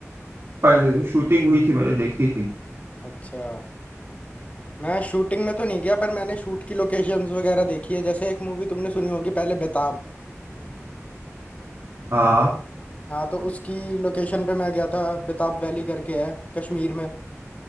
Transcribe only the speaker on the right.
पर शूटिंग हुई थी मैंने देखी थी
हाँ